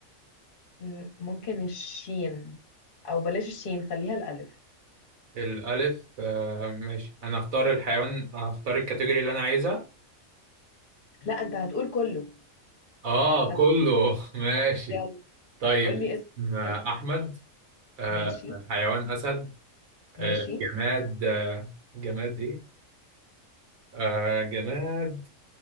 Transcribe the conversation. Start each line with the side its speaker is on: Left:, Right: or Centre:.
Left: م- ممكن الشين او بلاش الشين خليها الالف
Right: الألف آه ماشي، أنا أختار الحيوان أختار الكاتيجوري اللي أنا عايزها،
Left: لا انت هتقول كله
Right: آه
Left: هتقول
Right: كله <laughs> ماشي،
Left: يلا
Right: طيب
Left: قول لي اسم
Right: اسم آه،
Left: اسم
Right: أحمد، آه
Left: ماشي
Right: حيوان أسد، آه
Left: ماشي
Right: جماد آه جماد إيه؟ آه جماد،